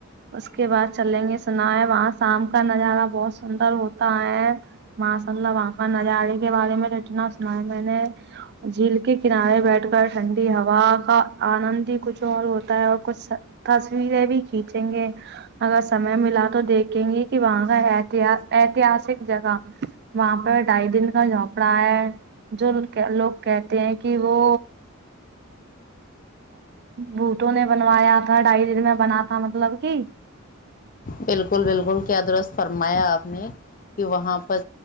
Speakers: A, on the right; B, on the left.
A: اس کے بعد چلیں گے سنا ہے وہاں شام کا نظارہ بہت سندر ہوتا ہے ماشا اللہ وہاں کا نظارے کے بارے میں اتنا سنا ہے میں نے جھیل کے کنارے بیٹھ کر ٹھنڈی ہوا کا آنند ہی کچھ اور ہوتا ہے اور کچھ تصویریں بھی کھینچیں گے اگر سمے ملا تو دیکھیں گی کہ وہاں کا اتحاسک جگہ وہاں پہ ڈھائی دن کا جھوپڑا ہے جو لوگ کہتے ہیں کہ وہ بھوٹوں نے بنوایا تھا ڈھائی دن میں بنا تھا مطلب کہ
B: بالکل بالکل کیا درست فرمایا آپ نے کہ وہاں پر